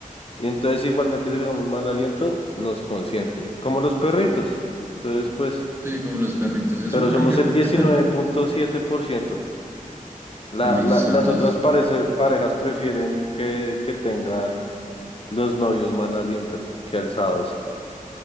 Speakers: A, on the left (about 40°); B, on the right (about 15°).
A: y entonces igualmente si digamos mal aliento, nos consienten, como los perritos. Entonces, pues,
B: Sí, como los perritos, es
A: pero
B: un buen
A: somos
B: ejemplo.
A: el diecinueve
B: <laughs>
A: punto siete por ciento. La,
B: Listo,
A: la, las
B: entonces.
A: otras parece- parejas prefieren que, que tengan los novios mal aliento que alzados.